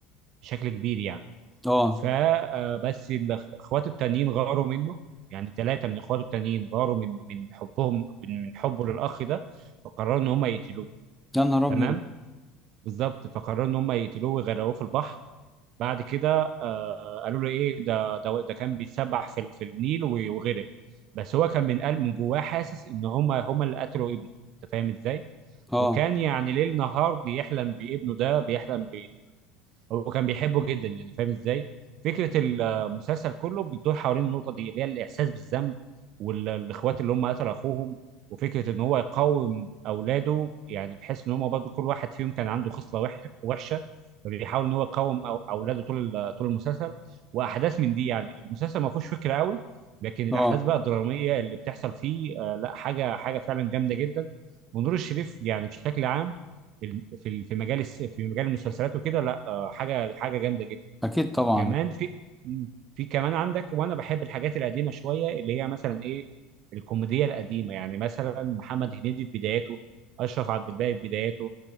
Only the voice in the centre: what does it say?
اه
يا نهار
ابيض
اه
اه
اكيد طبعا